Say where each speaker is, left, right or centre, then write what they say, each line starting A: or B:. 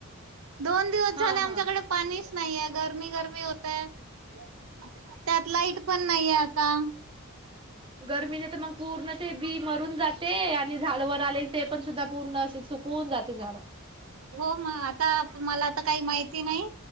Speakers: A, on the right; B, on the right.
A: दोन दिवस
B: हा
A: झाले आमच्याकडे
B: हा
A: पाणी. नाहीये गरमी गरमी होतय. त्यात लाईट पण नाहीये आता.
B: गर्मीने तर मग पूर्ण ते बी मरून जाते आणि झाडवर आलेल. ते पण सुद्धा पूर्ण अस सुकवून जाते झा.
A: हो मग आता मला आता काही माहिती नाही.